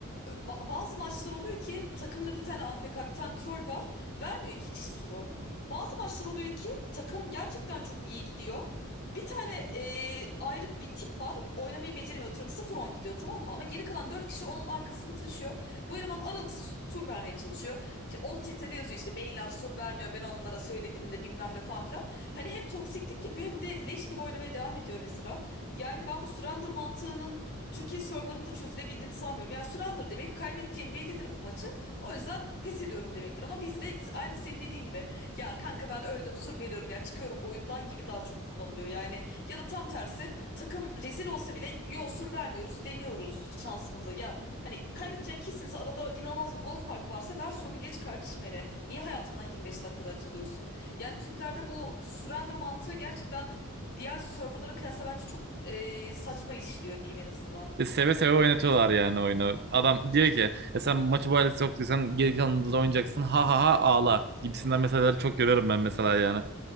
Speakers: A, on the left (about 50°); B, on the right (about 50°).
A: Ba- bazı maçlar oluyor ki takımda bir tane AFK, bir tane troll var. Vermiyor iki kişi suru. Bazı maçlar oluyor ki takım gerçekten çok iyi gidiyor. Bir tane e, ayrık bir tip var. Oynamayı beceremiyor. Atıyorum sıfır on gidiyor tamam mı? Ama geri kalan 4 kişi onun arkasını taşıyor. Bu eleman aralıksız tur vermeye çalışıyor. Old O çetede yazıyor işte beyler soru vermiyor ben onlara söyledim de bilmem ne falan filan. Hani hem toksiklik yapıyor hem de leş gibi oynamaya devam ediyor mesela. Yani ben bu surrender mantığının Türkiye serverında çözülebildiğini sanmıyorum. Yani surrender demek kaybedeceğim bellidir bu maçı. O yüzden pes ediyorum demektir. Ama bizde aynı senin dediğin gibi ya kanka ben öldüm sur veriyorum ya çıkıyorum boyundan gibi daha çok kullanılıyor. Yani ya da tam tersi takım rezil olsa bile yo sur vermiyoruz deniyoruz şansımıza. Ya Hani kaybedeceğin kesinse arada inanılmaz bir gol farkı varsa ver sorunu geç kardeşim hele. Niye hayatından 25 dakikada çalıyorsun? Yani Türklerde bu surrender mantığı gerçekten diğer serverlara kıyasla bence çok e, saçma işliyor diyeyim en azından.
B: E, seve seve oynatıyorlar yani oyunu. Adam diyor ki e sen maçı bu hale soktuysan geri kalanında da oynayacaksın. Ha ha ha ağla gibisinden mesajları çok görüyorum ben mesela yani.